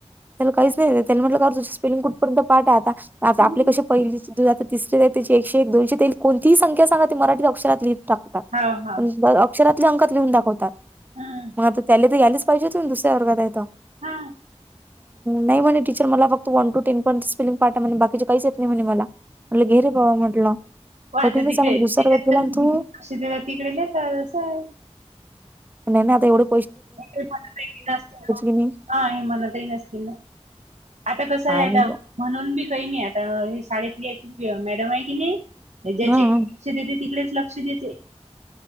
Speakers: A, on the right (about 15°); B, on the right (about 85°).
A: त्याला काहीच नाही, त्या म्हटलं कार तुझ स्पेलिंग कुठपर्यंत पाठ आहे आता आ आपले
B: हम्म
A: कसे पहिली ते तिसरी त्याची एके एक दोनशे येईल कोणतीही संख्या सांगा मराठी अक्षरात लिहील. टाकतात,
B: हाव हाव
A: अक्षरातले अंकात लिहून दाखवतात
B: हम्म
A: मग आता त्या तर यायलेच. पहिलीतून तून दुसऱ्या वर्गात हाय तो.
B: हा
A: नाही म्हणे टीचर मला फक्त वन टू टेन पण स्पेलिंग काय तर म्हणे बाकीचे काहीच येत नाही म्हणे मला म्ह घेरे बावा म्हटलं.
B: हो
A: कठीणच
B: आता तिकडे
A: आहे म्हटलं
B: त्याच्यात
A: दुसऱ्या वर्गात गेला
B: लक्ष
A: आणि तू
B: देतात तिकडे लेतात असं हाय.
A: नय ना तेवढं.
B: त नतील
A: की नाही
B: हा हे मणतही नसतील ना! आता कसं
A: काय
B: आहे
A: नाही
B: आता?
A: बा.
B: म्हणून बी काही नाही, आता हे शाळेतली याची मॅडम आहे की नाही ज्याचे
A: हा
B: सध्या ती तिकडे लक्ष देते